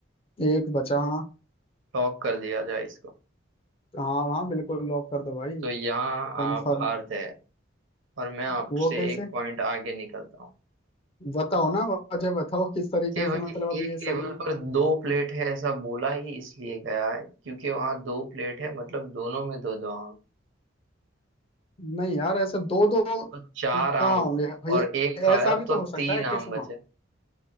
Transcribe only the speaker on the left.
एक बचा हाँ
हाँ हाँ बिल्कुल लॉक कर दो भाई
कंफर्म
वो कैसे
बताओ ना वजह बताओ किस तरीके
से
मतलब अब
ये सही
नहीं यार ऐसे दो दो
कहाँ
होंगे
ये
ऐसा भी तो
हो सकता
है कि
सुनो